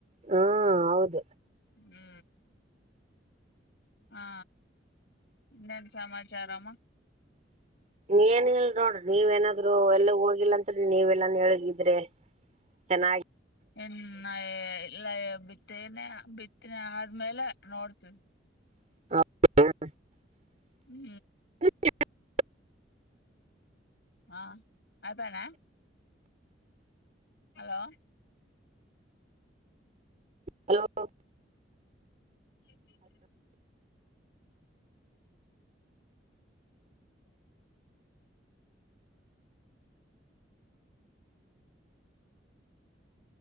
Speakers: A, on the right; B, on the left.
A: ಹಾ ಹೌದ.
B: ಹ್ಮ ಹಾ ಇನ್ನೇನ ಸಮಮಾಚಾರಾಮ
A: <inaudible> ಏನಿಲ್ಲ ನೋಡ್ರ ನೀವ ಏನಾದ್ರು ಎಲ್ಲ ಹೋಗಿಲ್ಲ ಅತ್ರಿ ನೀವ ಎಲ್ಲಾನ ಹೇಳಿ ಗೀದ್ರೆ ಚೆನ್ನ
B: ಹ ನೇ ಇಲ್ಲ ಬಿತ್ತೇನೆ ಬಿತ್ತನೆ ಆದ್ಮೇಲೆ ನೋಡ್ತೀವಿ.
A: <unintelligible>
B: ಹ್ಮ
A: <inaudible>
B: ಹಾ ಅದಾನ ಹಲೋ
A: ಹಲೋ
B: <unintelligible>